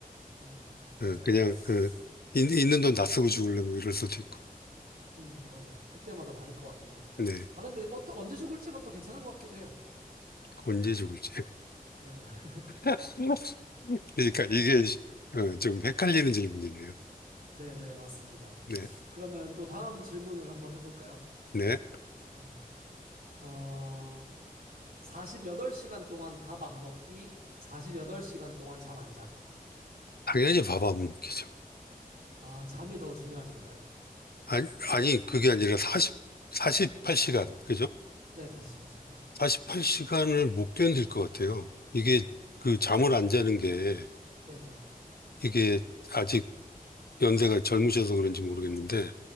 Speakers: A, on the right; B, on the left.
A: 네, 맞아요.
B: 어, 그냥 그
A: 음,
B: 있, 있는 돈 다 쓰고 죽을래 뭐 이럴 수도 있고.
A: 음, 맞아요. 그때마다 다를 것 같긴 해요.
B: 네.
A: 아, 근데 어떠, 언제 죽을지가 또 괜찮은 것 같기도 해요.
B: 언제 죽을지.
A: 네. <laughs>
B: <laughs> 그러니까 이게 어, 좀 헷갈리는 질문이네요.
A: 네네, 맞습니다.
B: 네.
A: 그러면 또 다음 질문을 한번 해볼까요?
B: 네.
A: 네. 어, 48시간 동안 밥 안 먹기, 48시간 동안 잠 안 자기.
B: 당연히 밥 안 먹기죠.
A: 아, 잠이 더 중요하신가요?
B: 아니, 아니 그게 아니라 사십 사 48시간. 그죠?
A: 네, 다시 48시간.
B: 48시간을 못 견딜 것 같아요. 이게 그 잠을 안 자는 게
A: 네, 네,
B: 이게 아직 연세가 젊으셔서 그런지 모르겠는데